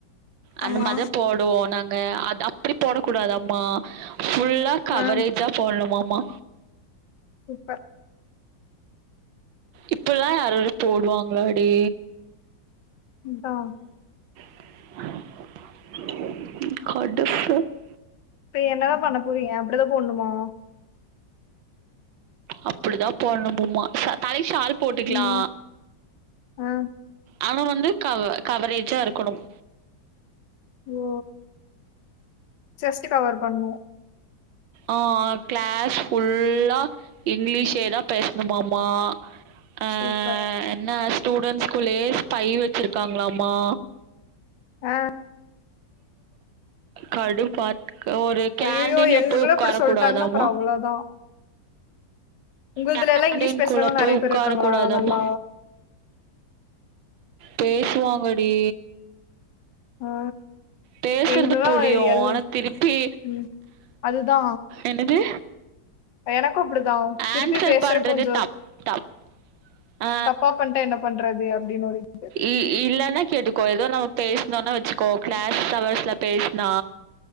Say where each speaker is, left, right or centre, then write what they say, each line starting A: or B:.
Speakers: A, on the right; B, on the left.
A: அந்த
B: ஆமா
A: மாரிதா போடுவோ நாங் க அது அப்டி போட கூடாதாம்மா ஃபுல்லா கவரேஜா
B: ஆ
A: போடணுமாமா
B: சூப்பர்
A: இப்பில்லா யாராது போடுவாங்களா டி
B: அதா
A: <inaudible>
B: இப்ப என்னதா பண்ண போறீங்க அப்டிதா போட்னுமோ
A: அப்டிதான் போடணும்மும்மா தலைக்கு சால் போட்டுகலா
B: ம் ஆ
A: ஆனா வந்து கவ கவரேஜா இருக்கணும்
B: ஓ செஸ்ட்டு கவர் பண்ணு
A: ஆ கிளாஸ் ஃபுல்லா இங்கிலீஷே தா பேசணுமாமா ஆ
B: சூப்பர்
A: என்னா ஸ்டூடண்ட்ஸ்குள்ளே ஸ்பை வச்சிருக்காங்களமா
B: ஆ
A: கடுபாத்துக ஒரு கேண்டின்ல
B: ஐயையோ எங்களுக்குள்ள
A: போய் உக்கார
B: இப்டி சொல்ட்டாங்கன்னா
A: கூடாதாமா
B: அப்றோ அவ்ளோதா உங்கள்துல
A: கேண்டீன்
B: எல்லா இங்கிலீஷ் பேசுறவங்க
A: குள்ள போய்
B: நெறைய பேர்
A: உக்கார
B: இருக்காங்களா
A: கூடாதமா
B: நல்லா
A: பேசுவாங்கடி
B: ஆ
A: பேசுறது
B: எங்கல்லா
A: புரியு
B: எல்
A: ஆனா திருப்பி
B: ம் அதுதா
A: என்னது
B: எனக்கு அப்டிதா திருப்பி
A: ஆன்சர்
B: பேசுற
A: பண்றது
B: கொஞ்சோ
A: தப் தப் ஆ
B: தப்பா பண்ட்டா என்ன பண்றது அப்டின்னு ஒரு இது
A: இ இல்லன்னா கேட்டுக்கோ ஏதோ நம்ம பேசணோனா வச்சுகோ க்ளாஸ் அவர்ஸ்ல பேஸ்னா